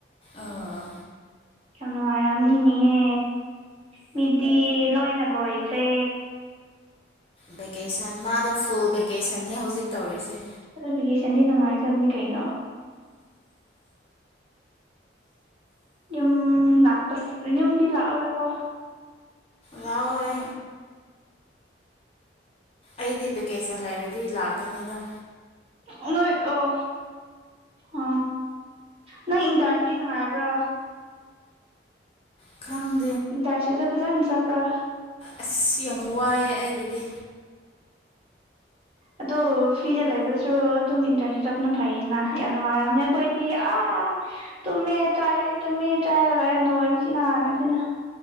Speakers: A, on the left; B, on the right.
A: ꯑꯥ
B: ꯌꯥꯝ ꯅꯨꯡꯉꯥꯏꯔꯝꯅꯤꯅꯦꯍꯦ ꯃꯤꯗꯤ ꯂꯣꯏꯅ ꯂꯣꯏꯈ꯭ꯔꯦ
A: ꯚꯦꯀꯦꯁꯟ ꯃꯥꯗꯣ ꯐꯨꯜ ꯚꯦꯀꯦꯁꯟꯅꯦ ꯍꯧꯖꯤꯛ ꯇꯧꯔꯤꯁꯦ
B: ꯑꯗꯣ ꯚꯦꯀꯦꯁꯟꯗꯤ ꯅꯨꯡꯉꯥꯏꯗꯕꯅꯤ ꯀꯩꯅꯣ ꯌꯨꯝ ꯂꯥꯛꯄ ꯌꯨꯝꯗꯤ ꯂꯥꯛꯑꯔꯣꯏꯀꯣ
A: ꯂꯥꯛꯑꯣꯏ ꯑꯩꯗꯤ ꯚꯦꯀꯦꯁꯟ ꯂꯩꯔꯗꯤ ꯂꯥꯛꯀꯅꯤꯗ
B: ꯑꯣ ꯅꯣꯏ ꯑꯣ ꯑ ꯅꯪ ꯏꯟꯇꯔꯟꯗꯤ ꯅꯨꯡꯉꯥꯏꯕ꯭ꯔꯥ
A: ꯈꯪ
B: ꯏꯟꯇꯔꯟꯁꯤꯞ ꯇꯣ ꯐꯖꯅ ꯆꯠꯄꯨ꯭ꯔꯥ
A: ꯑꯁ ꯌꯥꯝ ꯋꯥꯏꯑꯦ ꯑꯩꯒꯤꯗꯤ
B: ꯑꯗꯨ ꯐ꯭ꯔꯤꯗ ꯂꯩꯕꯁꯨ ꯑꯗꯨꯝ ꯏꯟꯇꯔꯟꯁꯤꯞ ꯆꯠꯄꯅ ꯐꯩꯌꯦꯅ ꯌꯥꯝ ꯅꯨꯡꯉꯥꯏꯔꯝꯅꯤ ꯑꯩꯈꯣꯏꯗꯤ ꯑꯥ ꯇꯨꯝꯃꯦ ꯆꯥꯏꯌꯦ ꯇꯨꯝꯃꯦ ꯆꯥꯏꯌꯦ ꯂꯣꯏꯔꯦ ꯅꯣꯏꯕꯅ ꯅꯥꯔꯦ ꯁꯤꯅ